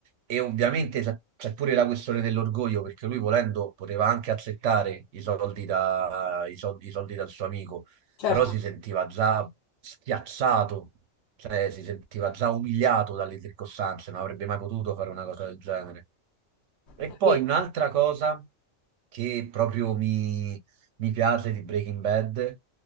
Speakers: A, on the right; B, on the left.
A: E ovviamente c'è c'è pure la questione dell'orgoglio, perché lui volendo poteva anche accettare i soldi, da- i soldi- i soldi dal suo amico,
B: certo,
A: però si sentiva già schiacciato, cioè si sentiva già umiliato dalle circostanze, non avrebbe mai potuto fare una cosa del genere. E
B: è
A: poi
B: vero.
A: un'altra cosa che proprio mi, mi piace di Breaking Bad